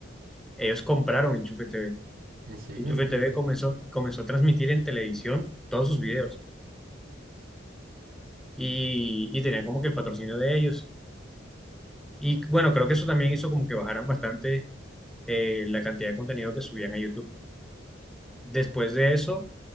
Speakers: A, in the centre; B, on the right (about 50°).
A: ellos compraron Enchufe TV.
B: ¿En serio?
A: Enchufe
B: No me sabía
A: TV
B: eso.
A: comenzó, comenzó a transmitir en televisión todos sus videos y, y tenían como que el patrocinio de ellos. Y bueno, creo que eso también hizo como que bajaran bastante eh, la cantidad de contenido que subían a YouTube. Después de eso